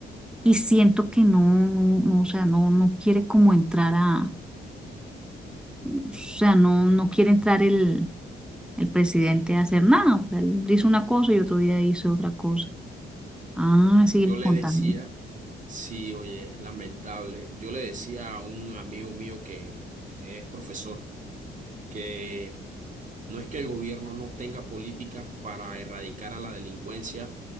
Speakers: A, in the centre; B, on the right.
A: y siento que no, no, no, o sea, no, no quiere como entrar a, o sea, no, no quiere entrar el, el presidente a hacer nada, o sea, él dice una cosa y otro día dice otra cosa. Ah, sigue
B: Yo le
A: contando.
B: decía, sí, oye, es lamentable, yo le decía a un amigo mío que es profesor que no es que el gobierno no tenga políticas para erradicar a la delincuencia,